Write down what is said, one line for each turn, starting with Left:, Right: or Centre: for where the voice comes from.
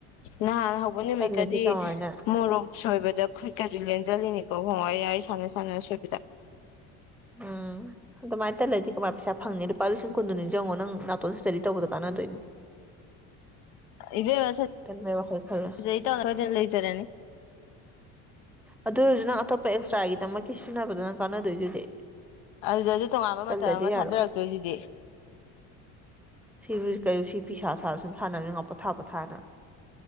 Left: ꯅꯍꯥꯟ ꯍꯧꯕ ꯅꯨꯃꯤꯠꯀꯗꯤ
Centre: ꯇꯜꯂꯗꯤ ꯀꯃꯥꯏꯅ
Left: ꯃꯣꯔꯣꯛ ꯁꯣꯏꯕꯗ ꯈꯨꯠꯀꯖꯤ ꯂꯤꯅꯤꯀꯣ ꯍꯣꯡꯉ ꯁꯅ ꯁꯅꯁꯕꯤꯗ
Centre: ꯎꯝ ꯑ ꯍ ꯇꯜꯂꯗꯤ ꯀꯃꯥꯏꯅ ꯄꯩꯁꯥ ꯐꯪꯅꯤ ꯂꯨꯄꯥ ꯂꯤꯁꯤꯡ ꯀꯨꯟꯗꯨꯅꯤ ꯌꯦꯪꯉꯣ ꯅꯪ ꯅꯥꯇꯣꯟ ꯁ꯭ꯇꯗꯤ ꯇꯧꯕꯗꯣ ꯀꯥꯟꯅꯗꯣꯏꯅꯤ
Left: ꯏꯕꯦꯁꯇ
Centre: ꯀꯟꯕꯩ ꯋꯥꯈꯜ ꯈꯜꯂ
Left: ꯍꯗ ꯂꯩꯇꯥꯔꯦꯅꯤ
Centre: ꯑꯗꯨ ꯑꯣꯏꯔꯁꯨ ꯅꯪ ꯑꯇꯣꯞꯄ ꯑꯦꯛꯁꯇ꯭ꯔꯥꯒꯤꯗꯃꯛꯀꯤ ꯁꯤꯖꯤꯟꯅꯕꯗ ꯅꯪ ꯀꯥꯟꯅꯗꯣꯏꯗꯨꯗꯤ
Left: ꯑꯗꯨꯗ ꯑꯗꯨ ꯇꯣꯉꯥꯟꯕ
Centre: ꯇꯜꯂꯗꯤ
Left: ꯃꯇꯝ ꯑꯃ
Centre: ꯌꯥꯔꯣꯏ
Left: ꯊꯥꯗꯔꯛꯇꯣꯏꯁꯤꯗꯤ
Centre: ꯁꯤꯕꯨ ꯀꯩꯅ ꯁꯤ ꯐꯤꯁꯥ ꯁꯥꯥꯁꯨ ꯁꯨꯝ ꯁꯥꯟꯅꯕꯅꯤ ꯄꯣꯊꯥ ꯄꯣꯊꯥꯅ